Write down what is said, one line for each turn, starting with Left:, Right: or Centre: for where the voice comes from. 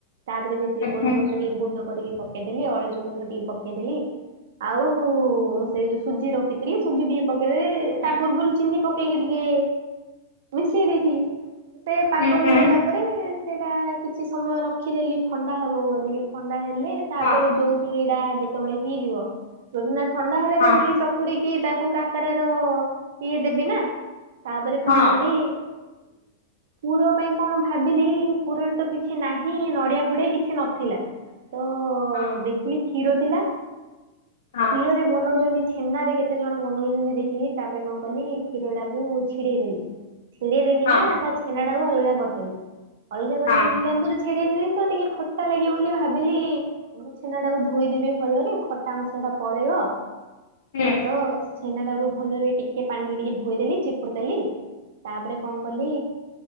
Right: ତାପରେ ସେଥିରେ ଗୋଲମରିଚ
Left: ହୁଁ
Right: ଟିକେ ଗୁଣ୍ଡ କରିକି ପକେଇଦେଲି, ଓ ଅଳେଇଚ ଗୁଣ୍ଡ ଟିକେ ପକେଇଦେଲି। ଆଉ ସେ ଯୋଉ ସୁଜି ରଖିଥିଲି ସୁଜି ଟିକେ ପକେଇଦେଇ
Left: ହୁଁ
Right: ତା ପୂର୍ବରୁ ଚିନି ପ କେଇକି ଟିକେ ମିଶେଇ ଦେଇଥିଲି, ସେ ପାଗ
Left: ହୁଁ ହୁଁ
Right: ହେଇଗଲା। ପରେ ସେଇଟା କିଛି ସମୟ ରଖିଦେଲି ଥଣ୍ଡା ହବ ବୋଲିକି। ଥଣ୍ଡା ହେଲେ ତାପରେ
Left: ହଁ
Right: ଯୋଉ ତୁରିଡା ଯେତେବେଳେ ହେଇଯିବ <inaudible> ଥଣ୍ଡା ହେଲେ
Left: ହଁ
Right: ତାକୁ ଟିକେ ଚକୁଡିକି ତାକୁ କାକରାର ଇଏ ଦେବି ନା। ତାପରେ କଣ
Left: ହଁ
Right: କଲି ପୁର ପାଇଁ କଣ ଭାବିଲି ପୁରରେ ତ କିଛି ନାହିଁ ନଡିଆ ଫଡିଆ କିଛି ନଥିଲା। ତ
Left: ହଁ
Right: ଦେଖିଲି କ୍ଷୀର ଥିଲା,
Left: ହଁ
Right: କ୍ଷୀରରେ ବନଉଚନ୍ତି ଛେନାରେ କେତେ ଜଣ ବନଉଚନ୍ତି ଦେଖିଲି, ତାପରେ କଣ କଲି କ୍ଷୀର ଟାକୁ ଛିଡେଇ ଦେଲି, ଛିଡେଇ ଦେଇକିନା
Left: ହଁ
Right: ତା ଛେନାଟାକୁ ଅଲଗା କରିଦେଲି। ଅଳଗା କରିକି,
Left: ହଁ
Right: ଲେମ୍ବୁରେ ଛିଡେଇଥିଲି ତ ଟିକେ ଖଟା ଲାଗିବ ବୋଲି ଭାବ ବିଲି ଆଘ ଛେନା ଟାକୁ ଧୋଇଦେବି ଭଲରେ ଖଟା ଅଂଶ ଟା ପଳେଇବ।
Left: ହୁଁ।
Right: ତ ଛେନା ଟାକୁ ଭଲରେ ଟିକେ ପାଣିରେ ଟିକେ ଧୋଇଦେଲି ଚିପୁଡ଼ି ଦେଲି। ତାପରେ କଣ କଲି